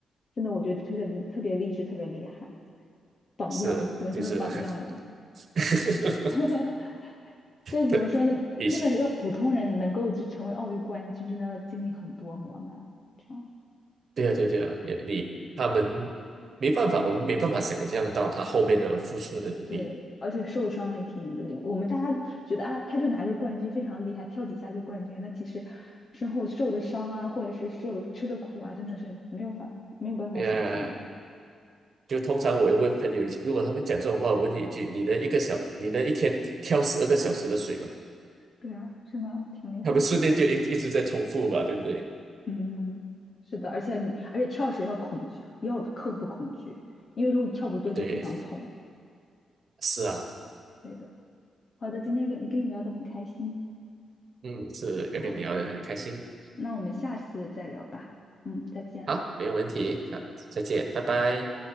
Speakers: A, on the left; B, on the right.
A: 真的我觉得特别特别励志，特别厉害，榜样，
B: 是就是
A: 只能说是榜样了。
B: <laughs>
A: <laughs> 但怎么说呢，
B: 对，以前
A: 真的一个普通人能够就成为奥运冠军，真的要经历很多磨难。这样。
B: 对啊对啊对啊，你你他们没办法，我们没办法想象到他后面的付出的努力。
A: 对，而且受伤也挺严重的。我们大家觉得啊，他就拿个冠军非常厉害，跳几下就冠军。那其实身后受的伤啊，或者是受的吃的苦啊，真的是没有法没有办法想象的。
B: 对呀就通常我会问朋友一句，如果他们讲这种话，我问你一句：你能一个小，你能一天挑十二个小时的水吗？
A: 对啊，真的挺厉害的。
B: 他们顺便就一一直在重复吧，对不对？
A: 嗯，是的，而且你而且跳水要恐惧，要克服恐惧，因为如果你跳不对就非常痛。
B: <laughs> 对，是啊，
A: 对的。好的，今天跟跟你聊得很开心。
B: 嗯，是要跟你聊的很开心。
A: 好，那我们下次再聊吧。嗯，再见。
B: 好，没有问题，好，再见，拜拜。